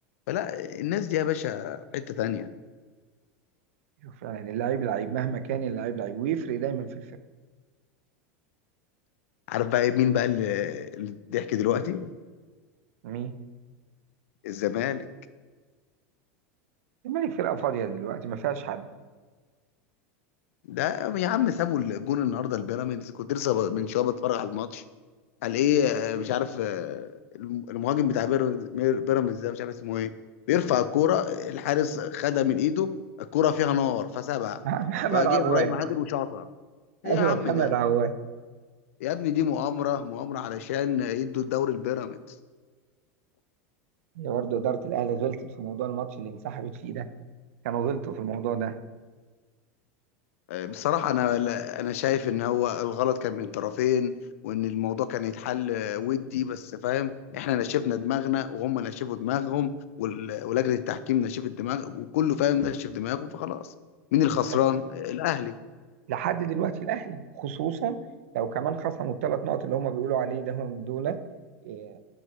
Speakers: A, on the left; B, on the right.
A: فلا الناس دي يا باشا في حتة تانية
B: أيوة فعلا اللعيب لعيب مهما كان اللعيب لعيب ويفرق دايما في
A: عارف بقى إيه؟ مين بقى اللي اللي الضحك دلوقتي
B: الفرقه
A: الزمالك
B: الملك فرقة فاضية دلوقتي ما فيهاش حد
A: ده يا عم سابوا الجون النهارده البيراميدز كنت لسه ب- من شويه بتفرج على الماتش قال ايه آه، مش عارف آه، الم- المهاجم بتاع بيراميدز مير- بيراميدز ده مش عارف اسمه ايه بيرفع الكوره الحارس خدها من ايده الكوره فيها نار فسابها
B: <laughs> محمد
A: فجه
B: عوان
A: ابراهيم عادل وشاطها ايه
B: ايوه
A: يا عم
B: محمد
A: ده
B: عوان
A: يا ابني دي مؤامره مؤامره علشان يدوا الدوري البيراميدز
B: هي برضه إدارة الأهلي غلطت في موضوع الماتش اللي انسحبت فيه ده كانوا غلطوا في الموضوع ده
A: بصراحة أنا لا- أنا شايف إن هو الغلط كان من الطرفين وإن الموضوع كان يتحل آه، ودي بس فاهم إحنا نشفنا دماغنا وهم نشفوا دماغهم وال- ولجنة التحكيم نشفت دماغ وكله فاهم نشف دماغه فخلاص مين الخسران؟
B: بس
A: آه، الأهلي
B: لحد دلوقتي الأهلي خصوصا لو كمان خصموا الثلاث نقط اللي هم بيقولوا عليه ده هم دول إيه،